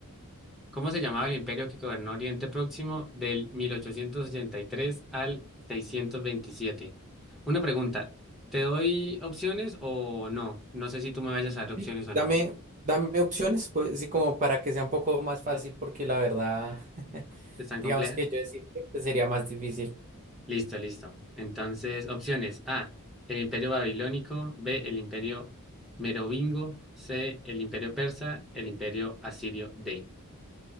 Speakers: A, in the centre; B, on the right (about 35°).
A: ¿Cómo se llamaba el imperio que gobernó Oriente Próximo del 1883 al 627? Una pregunta, ¿te doy opciones o no? No sé si tú me vayas a dar opciones
B: Sí,
A: o no.
B: Dame, dame opciones, pues sí, como para que sea un poco más fácil, porque la verdad, <laughs>
A: ¿Están
B: digamos
A: complejas?
B: que yo decirte que sería más difícil.
A: Listo, listo. Entonces, opciones. A, el imperio babilónico. B, el imperio merovingo. C, el imperio persa. El imperio asirio. D.